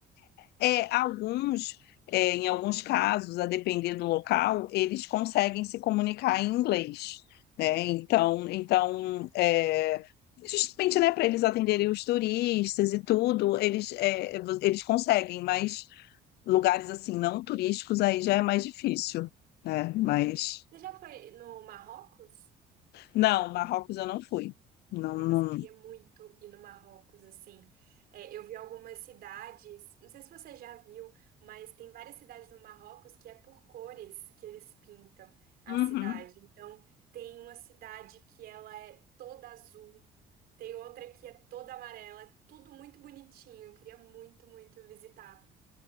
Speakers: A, on the left; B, on the right.
A: É, é, alguns, é, em alguns casos, a depender do local, eles conseguem se comunicar em inglês, né? Então, então é, justamente, né, para eles atenderem os turistas e tudo, eles, é, vo- eles conseguem, mas lugares assim não turísticos aí já é mais difícil, né? Mas
B: Hum, Você já foi no Marrocos?
A: não, Marrocos eu não fui. Não,
B: Nossa,
A: não.
B: eu queria muito ir no Marrocos, assim. É, eu vi algumas cidades, não sei se você já viu, mas tem várias cidades no Marrocos que é por cores que eles pintam a
A: Uhum.
B: cidade. Então, tem uma cidade que ela é toda azul, tem outra que é toda amarela, é tudo muito bonitinho. Eu queria muito, muito visitar.